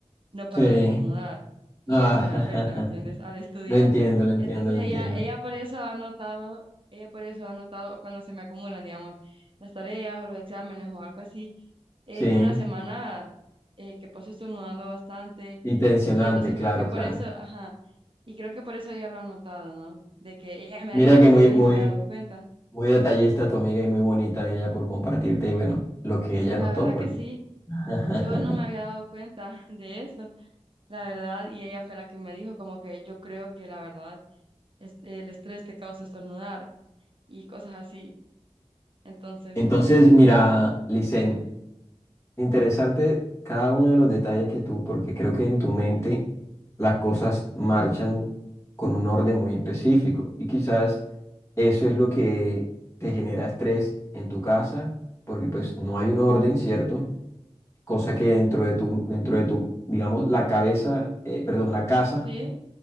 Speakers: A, on the right; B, on the left.
A: no paro
B: Sí.
A: de estornudar y
B: Ah,
A: eso me afecta, ¿me entiendes? Al
B: <laughs>
A: estudiar.
B: lo entiendo, lo entiendo,
A: Entonces,
B: lo entiendo.
A: ella, ella por eso ha notado... Ella por eso ha notado cuando se me acumulan, digamos, las tareas o los exámenes o algo así, es
B: Sí,
A: una semana eh, que paso estornudando bastante
B: y tensionante,
A: y entonces
B: claro,
A: creo que por
B: claro.
A: eso, ajá, y creo que por eso ella lo ha notado, ¿no? De que ella me
B: Mira
A: ha dicho porque
B: que muy,
A: yo no
B: muy,
A: me había dado cuenta.
B: Muy detallista tu amiga y muy bonita ella por compartirte y bueno, lo que
A: Sí,
B: ella
A: la
B: notó,
A: verdad
B: porque...
A: que sí,
B: <laughs>
A: yo no me había dado cuenta <laughs> de eso, la verdad, y ella fue la que me dijo como que yo creo que la verdad es el estrés te causa estornudar y cosas así. Entonces,
B: Entonces,
A: pues eso.
B: mira, Licen, interesante cada uno de los detalles que tú, porque creo que en tu mente las cosas marchan con un orden muy específico y quizás eso es lo que te genera estrés en tu casa, porque pues no hay un orden, ¿cierto? Cosa que dentro de tu, dentro de tu, digamos, la cabeza, eh, perdón, la casa
A: Sí,